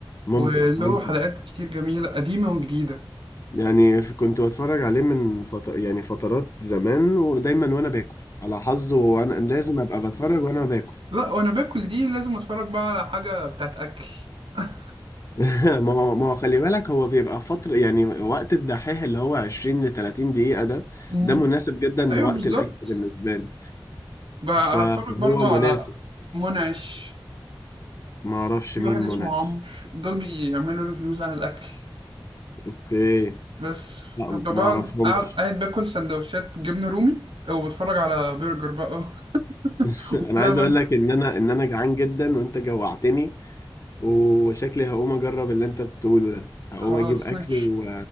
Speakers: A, on the left; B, on the right.
A: ممتع
B: وله
A: ممتع
B: حلقات كتير جميله قديمه وجديده
A: يعني ف- كنت بتفرج عليه من فط... يعني فترات زمان ودايما وانا باكل على حظه وانا لازم ابقى بتفرج وانا باكل
B: لا وانا باكل دي لازم اتفرج بقى على حاجه بتاعت اكل <laughs>
A: <laughs> ما هو ما هو خلي بالك هو بيبقى فترة يعني وقت الدحيح اللي هو 20 ل 30 دقيقة ده
B: امم
A: ده مناسب جدا لوقت
B: ايوه بالظبط
A: الاكل بالنسبة لي
B: بقى
A: فهو
B: هتفرج برضو على
A: مناسب
B: منعش
A: ما اعرفش
B: في
A: مين
B: واحد
A: منعش
B: اسمه عمرو دول بيعملوا ريفيوز عن الأكل
A: اوكي
B: بس
A: لا
B: فببقى
A: ما اعرفهمش
B: بقعد قاعد قاعد باكل سندوتشات جبنة رومي وبتفرج على برجر بقى <laughs>
A: <laughs> انا
B: وبلبن
A: عايز اقول لك ان انا ان انا جعان جدا وانت جوعتني وشكلي هقوم اجرب اللي انت بتقوله ده هقوم
B: خلاص
A: اجيب اكل
B: ماشي
A: و...